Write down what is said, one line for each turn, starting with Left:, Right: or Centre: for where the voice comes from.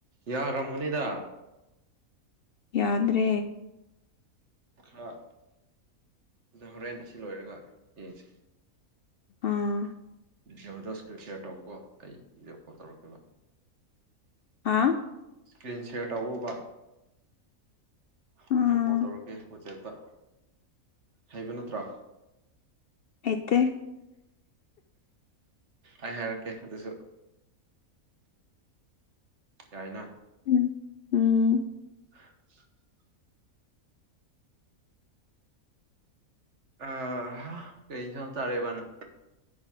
Right: ꯌꯥꯔꯥꯝꯒꯅꯤꯗ
Left: ꯌꯥꯗ꯭ꯔꯦ
Right: ꯈꯔ ꯍꯣꯔꯦꯟ ꯑꯁꯤ ꯂꯣꯏꯔꯒ ꯌꯦꯡꯁꯤ
Left: ꯑꯥ
Right: ꯚꯗꯤꯑꯣꯗꯣ ꯁ꯭ꯀꯔꯤꯜ ꯁꯦꯌꯔ ꯇꯧꯧꯕꯀꯣ ꯑꯩ ꯤꯗꯤꯑꯣ ꯀꯣꯜ ꯇꯧꯔꯛꯈꯤꯕ
Left: ꯍꯥꯥ
Right: ꯏꯁꯀ꯭ꯔꯤꯟ ꯁꯦꯌꯥꯔ ꯇꯧꯕ
Left: ꯑꯥ
Right: ꯚꯤꯗꯤꯑꯣ ꯀꯣꯜ ꯇꯧꯔꯛꯀꯦ ꯋꯥꯆꯦꯞꯇ ꯍꯩꯕ ꯅꯠꯇ꯭ꯔꯥ
Left: ꯑꯗꯤ
Right: ꯑꯩ ꯍꯥꯏꯔꯛꯀꯦ ꯑꯗꯨꯁꯨ ꯌꯥꯏꯅ
Left: ꯎꯝ ꯎꯝ
Right: <unintelligible> ꯑ ꯍ ꯀꯩ ꯑꯦꯟꯁꯥꯡ ꯆꯔꯦꯕ ꯅꯪ